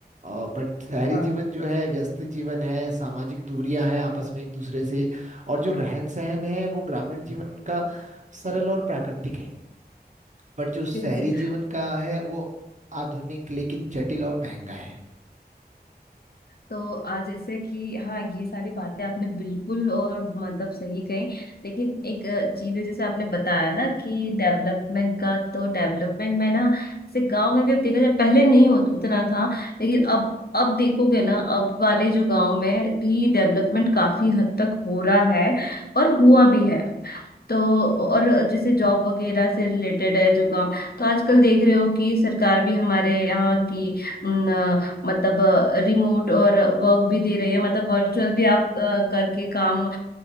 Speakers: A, on the right (about 45°); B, on the left (about 65°).
A: और बट शहरी
B: हाँ
A: जीवन जो है व्यस्त जीवन है सामाजिक दूरियां हैं आपस में एक दूसरे से और जो रहन सहन है वो ग्रामीण जीवन का सरल और प्राकृतिक है बट जो शहरी
B: बिल्कुल।
A: जीवन का है वो आधुनिक लेकिन जटिल और महंगा है
B: तो आज जैसे कि हाँ ये सारी बातें आपने बिल्कुल और मतलब सही कही लेकिन एक अ, चीज है जैसे आपने बताया ना कि डेवलपमेंट का तो डेवलपमेंट में ना जैसे गांव में भी अब देखा जाए पहले नहीं होता इतना था लेकिन अब अब देखोगे ना अब वाले जो गांव में भी डेवलपमेंट काफी हद तक हो रहा है और हुआ भी है तो और जैसे जॉब वगैरह से रिलेटेड है जो काम तो आजकल देख रहे हो कि सरकार भी हमारे यहाँ की न, मतलब रिमोट और वर्क भी दे रही है मतलब वर्चुअल भी आप अ, करके काम अ,